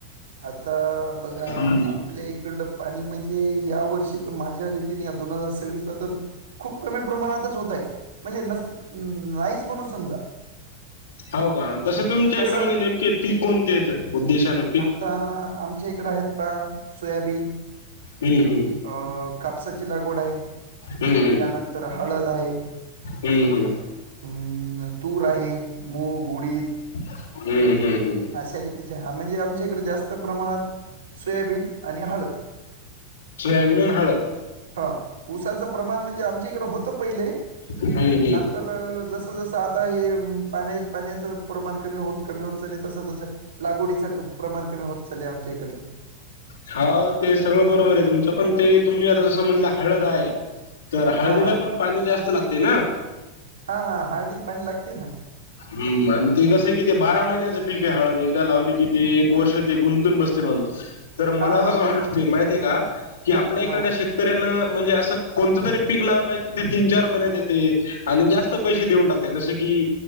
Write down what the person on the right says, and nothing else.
आता बघा
आपल्या इकड पाणी म्हणजे या वर्षी तर माझ्या रीतीने या दोन हजार सव्वीसला तर खूप कमी प्रमाणातच होतय म्हणजे नस नाहीच म्हणून समजा.
कसं
आता आमच्या इकड आहेत पहा सोयाबीन.
अ कापसाची लागवड आहे.
त्यानंतर हळद आहे.
हम् तूर आहे मूग, उडीद
अशा रीतीचे हा म्हणजे आमच्या इकड जास्त प्रमाणात सोयाबीन आणि हळद
हा उसाचं प्रमाण म्हणजे आमच्या इकड होतं पहिले
तर जसं जसं आता हे पाण्या पाण्याचं प्रमाण कमी होत कमी होत चेले तस तसं लागवडीच प्रमाण कमी होत चाललंय आमच्या इकडल.
हां, हां.
हा हा हळदील पाणी लागते ना.
हां, हां.
ते आहे ना.
हां.